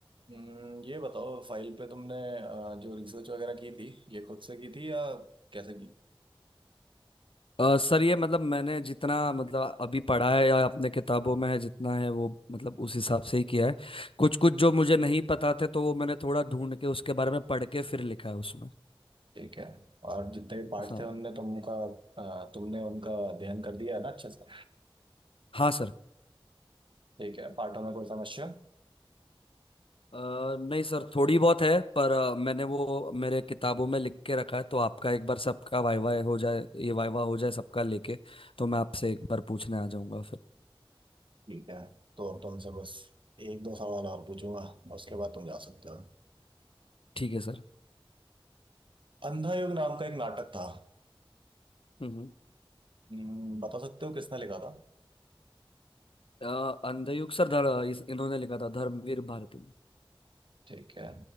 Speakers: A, on the right (about 60°); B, on the left (about 70°).
A: हम्म, ये बताओ फाइल पे तुमने आ, जो रिसर्च वगैरह की थी ये खुद से की थी या कैसे की
B: अ, सर ये मतलब मैंने जितना मतलब अभी पढ़ा है या अपने किताबों में है जितना है वो मतलब उस हिसाब से ही किया है कुछ कुछ जो मुझे नहीं पता थे तो वो मैंने थोड़ा ढूंढ के उसके बारे में पढ़ के फिर लिखा है उसमें
A: ठीक है और जितने भी पार्ट
B: हाँ
A: थे उनने तुमका अ, तुमने उनका अध्ययन कर दिया है ना अच्छे से
B: हाँ सर
A: ठीक है पार्टों में कोई समस्या
B: अ, नहीं सर थोड़ी बहुत है पर अ, मैंने वो मेरे किताबों में लिख के रखा है तो आपका एक बार सबका वाइवा हो जाए ये वाइवा हो जाए सबका लेके तो मैं आपसे एक बार पूछने आ जाऊंगा फिर
A: ठीक है तो अब तुमसे बस एक दो सवाल और पूछूंगा और उसके बाद तुम जा सकते हो
B: ठीक है सर
A: अंधा युग नाम का एक नाटक था
B: हम्म
A: हम्म, बता सकते हो किसने लिखा था
B: अ, अंधयुग सर धर, इस, इन्होंने लिखा था धर्मवीर भारती
A: ठीक है